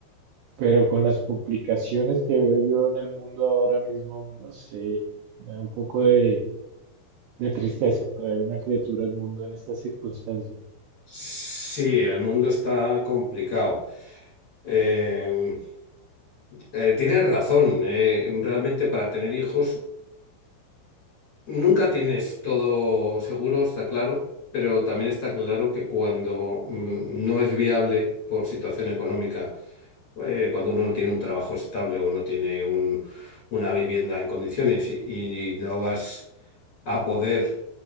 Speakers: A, on the right; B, on the left.
A: Pero con las complicaciones que veo yo en el mundo ahora mismo, no sé, me da un poco de, de tristeza traer una criatura al mundo en estas circunstancias.
B: Sí, el mundo está complicado. Eh, Eh, tienes razón. eh, realmente para tener hijos nunca tienes todo seguro, está claro, pero también está claro que cuando mm, no es viable por situación económica, eh, cuando uno no tiene un trabajo estable o no tiene un- una vivienda en condiciones y, y no vas a poder